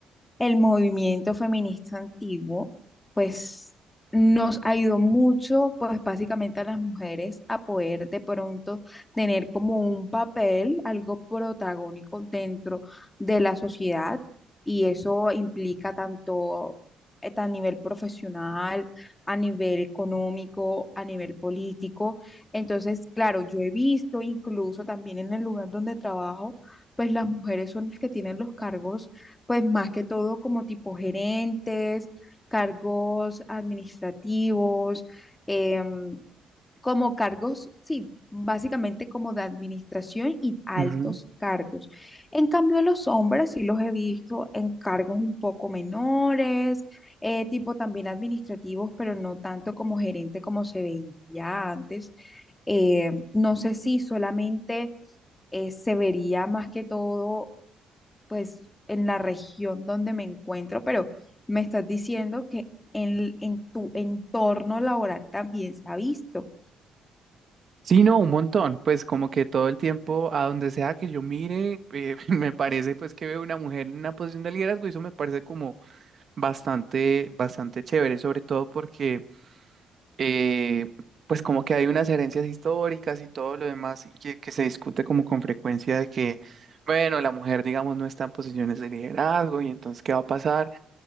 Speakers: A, on the left; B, on the right.
A: el movimiento feminista antiguo, pues nos ayudó mucho, pues básicamente a las mujeres a poder de pronto tener como un papel, algo protagónico dentro de la sociedad y eso implica tanto eh, a nivel profesional, a nivel económico, a nivel político. Entonces, claro, yo he visto incluso también en el lugar donde trabajo, pues las mujeres son las que tienen los cargos pues más que todo como tipo gerentes, cargos administrativos, em, como cargos, sí, básicamente como de administración y altos
B: Ujú.
A: cargos. En cambio, los hombres sí los he visto en cargos un poco menores, eh, tipo también administrativos, pero no tanto como gerente como se veía antes. Eh, no sé si solamente eh, se vería más que todo, pues, en la región donde me encuentro, pero me estás diciendo que en, en tu entorno laboral también se ha visto.
B: Sí, no, un montón, pues como que todo el tiempo, a donde sea que yo mire, eh, <laughs> me parece pues que veo una mujer en una posición de liderazgo y eso me parece como bastante, bastante chévere, sobre todo porque... eh, pues como que hay unas herencias históricas y todo lo demás que, que se discute como con frecuencia de que, bueno, la mujer, digamos, no está en posiciones de liderazgo y entonces, ¿qué va a pasar?